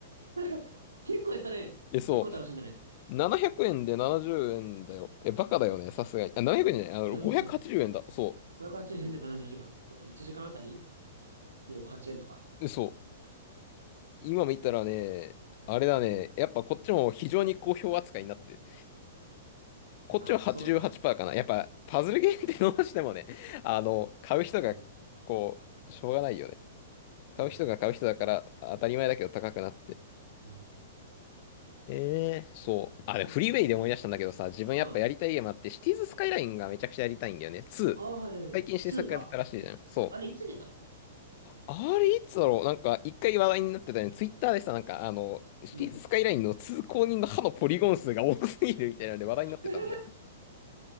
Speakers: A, on the right; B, on the left.
A: たの <laughs> 結構やったね。
B: え、そ
A: 結構楽しんだね。
B: う。700円で70円だよ。え、バカだよね、さすがに。あ、700円じゃない、あの、
A: な、
B: 580円だ。
A: な、
B: そ
A: 580円で70時間。1時間あたりもう8円とか。
B: う。えそう。今見たらね、あれだね、
A: うん。
B: やっぱこっちも非常に好評扱いになってる。こっちは88%
A: あ、やっぱそうなんだ。
B: かな。やっぱパズルゲームってどうしてもね、あの、買う人が、
A: うん。
B: こう、しょうがないよね。買う人が買う人だから当たり前だけど高くなって。
A: うん。うん。
B: ええ、
A: うん。
B: そう。あ、
A: うん。
B: れフリーウェイで思い出したんだけどさ、自分やっぱやりたいゲームあって、
A: あ
B: シティーズスカイラインがめちゃくちゃやりたいんだよね。2。
A: あ、はい。
B: 最近新作が出たらしいじゃん。
A: 2か。
B: そう。
A: あれ、いつ出たの
B: あれ、いつだろうなんか、一回話題になってたよね。ツイッターでさ、なんか、あの、シティーズスカイラインの通行人の歯のポリゴン数が多すぎるみたいなので話題になってたんだよ。
A: うん。<laughs>